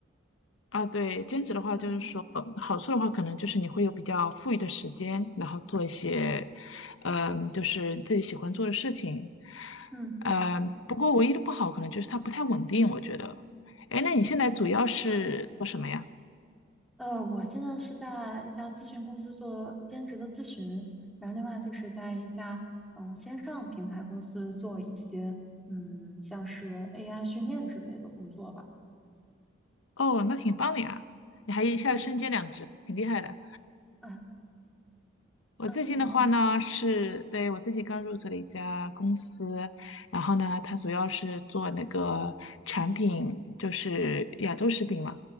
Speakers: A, on the left (about 85°); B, in the centre.
A: 啊，对，兼职的话就是说，
B: 嗯
A: 呃好处的话可能就是你会有比较富裕的时间，然后做一些，嗯，就是自己喜欢做的事情。
B: 嗯，
A: 嗯，不过唯一的不好可能就是它不太稳定，我觉得。哎，那你现在主要是做什么呀？
B: 嗯是的，呃，我现在是在一家咨询公司做兼职的咨询，然后另外就是在一家嗯、呃线上平台公司做一些嗯像是 AI 训练之类的工作吧。
A: 哦，那挺棒的呀，你还一下子身兼两职，
B: 嗯，谢谢。
A: 挺厉害的。
B: 嗯
A: 我最近的话呢，
B: 嗯，你呢？
A: 是对我最近刚入职了一家公司，
B: 嗯
A: 然后呢，它主要是做那个产品，就是亚洲食品嘛，